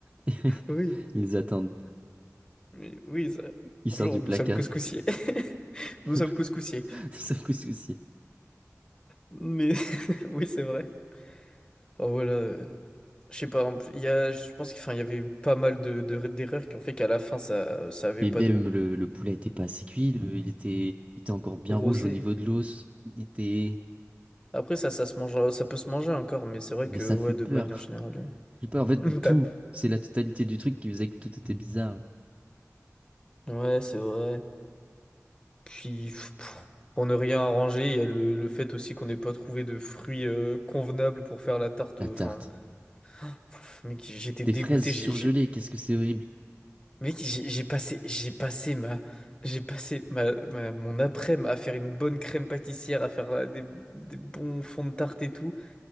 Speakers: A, on the right; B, on the left.
A: <laughs>
B: Oui,
A: Ils attendent.
B: oui, oui. ça-
A: Il
B: Bonjour,
A: sort du placard.
B: nous sommes couscoussiers. <laughs>
A: <laughs>
B: Nous sommes couscoussiers.
A: C'est un couscoussier.
B: Mais <laughs> oui, c'est vrai. Enfin, voilà. euh, Je sais pas, en plus, il y a, je pense qu'il enfin, il y avait eu pas mal de, de- d'erreurs qui ont fait qu'à la fin, ça, ça avait
A: Mais
B: pas
A: même
B: de goût.
A: le, le poulet était pas assez cuit, le- il était, il était encore bien
B: Rosé.
A: rouge au niveau de l'os. Il était.
B: Après, ça, ça se mange, ça peut se manger encore, mais c'est vrai
A: Mais
B: que,
A: ça
B: ouais,
A: fait peur.
B: de manière générale.
A: <laughs> J'ai peur. En fait,
B: euh, <laughs> t'as-
A: tout, c'est la totalité du truc qui faisait que tout était bizarre.
B: Ouais, c'est vrai. Puis, pff, pff, pour ne rien arranger, il y a le, le fait aussi qu'on n'ait pas trouvé de fruits euh, convenables pour faire la tarte.
A: La
B: Enfin,
A: tarte.
B: Pff, Mec, j'étais
A: Des
B: dégoûté.
A: fraises surgelées,
B: J'ai, j'ai-
A: qu'est-ce que c'est horrible.
B: mec, j'ai j'ai passé, j'ai passé ma, j'ai passé ma, ma- mon après-midi à faire une bonne crème pâtissière, à faire euh, des, des bons fonds de tarte et tout,